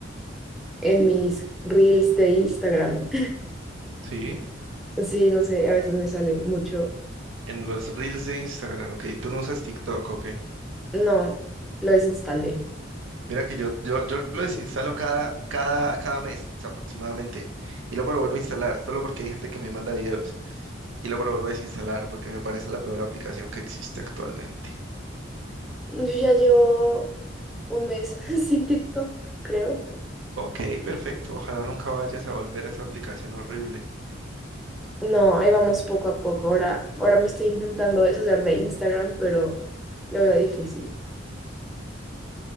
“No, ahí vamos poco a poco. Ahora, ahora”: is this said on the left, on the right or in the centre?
Centre